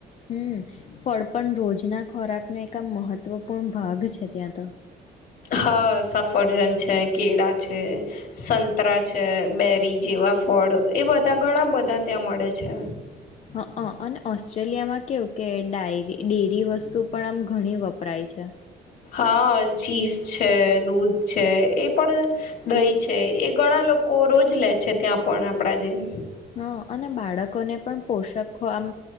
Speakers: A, on the left; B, on the left.
A: હમ ફળ પણ રોજના ખોરાકનો એક આ મહત્વપૂર્ણ ભાગ છે ત્યાં તો
B: હા, સફરજન છે કેળા છે સંતરા છે બેરી જેવ ફળ એ બધા ઘણા બધા ત્યાં મળે છે
A: હ અ અને ઓસ્ટ્રેલિયામાં કેવું કે ડાયરી, ડેરી વસ્તુ પણ આમ ઘણી વપરાય છે <inaudible>
B: હા, ચીઝ છે દૂધ છે એ પણ દહી છે એ ઘણા લોકો રોજ લે છે, ત્યાં પણ આપડા જેમ
A: હા, અને બાળકોને પણ પોષખો આમ